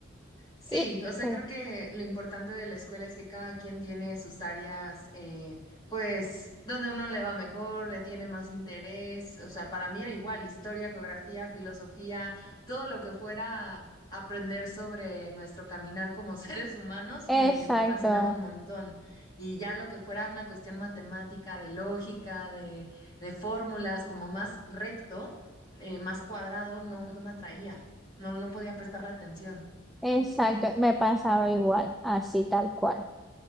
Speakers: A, on the left; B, in the centre.
A: Sí,
B: Y
A: o sea,
B: sí,
A: creo que lo importante de la escuela es que cada quien tiene sus áreas, eh, pues, donde uno le va mejor, le tiene más interés. O sea, para mí era igual, historia, geografía, filosofía, todo lo que fuera aprender sobre nuestro caminar como <laughs> seres humanos,
B: exacto,
A: me, me fascinaba un montón. Y ya lo que fuera una cuestión matemática, de lógica, de, de fórmulas, como más recto, eh, más cuadrado, no, no me atraía, no, no podía prestarle atención.
B: exacto. Me pasaba igual, así tal cual.